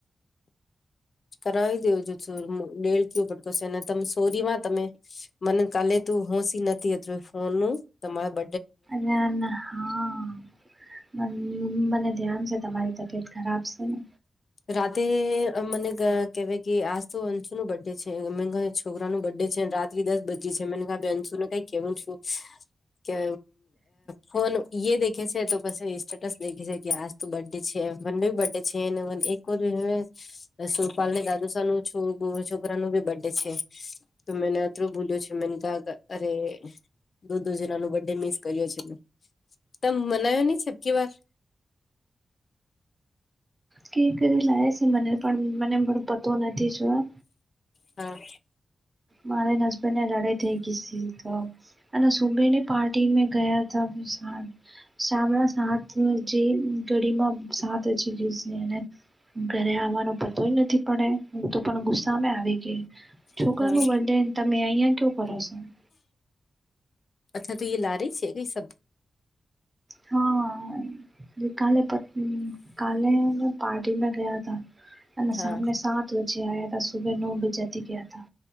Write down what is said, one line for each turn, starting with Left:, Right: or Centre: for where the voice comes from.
Left: કરાવી દેવ જો છો દેડ કુ પટકોશેને ત સોરી વા તમે મને કાલે તું હોશી નથીત ફોન નું તમારા બ
Right: નાના હ મને ધ્યાન છે તમારી તબિયત ખરાબ છે ને
Left: રાતેે મને કેવાય કે આજ તો અંશુ નો બર્ડે છે મે છોકરા નું બર્થ ડે છે રાત્રી દસ બજી છે મને આ અંશુ ને કઈ કેવું છું કે ફોન એ દેખે છે તો પસે સ્ટેટસ દેખે છે કે આ તો બર્થડે છે એમ બંને બર્થડે છે એકોર એ સુપાલને દાદુશાહ નું છો છોકરા નું ભી બર્ડે છે તો મેને થું ભૂલ્યું છે મેને ક્યા અરે દો દો જના ન બર્થડે મિસ કર્યો છે મે તમ મનાવ્યો નહી છપકી વાર
Right: કે કરી લાવે છે મને પણ મને પણ પતો નથી જોયો
Left: હા
Right: મારે ન હસબન્ડ ને લડાઈ થઈ ગઈ છે તો અને સુમની પાર્ટીમાં ગયા હતા સા શામના સાત જે ઘડી માં સાત હચી ગઈ એને ઘરે આવવાનો પતો જ નથી પડે હું તો પણ ગુસ્સામે આવી ગઈ
Left: હા
Right: કોનું બર્થડે તમે અહીંયા કેવું <unintelligible>
Left: અચ્છા તો એ લારી છે કઈ સબ
Right: હા જે કાલે પ કાલે મેં પાર્ટીમાં ગયા હતા અને
Left: હા
Right: સામને સાત તો જે <inaudible> સુબે નવ બજેથી ગયા તા